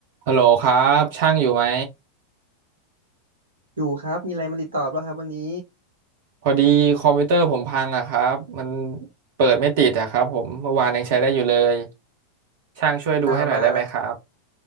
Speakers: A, on the right; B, on the right.
A: ฮัลโหลครับช่างอยู่ไหม
B: อยู่ครับมีอะไรมาติดต่อบ้างครับวันนี้
A: พอดีคอมพิวเตอร์ผมพังอะครับมันเปิดไม่ติดอะครับผมเมื่อวานยังใช้ได้อยู่เลยช่างช่วยดูให้หน่อยได้ไหมครับ
B: อ่ามา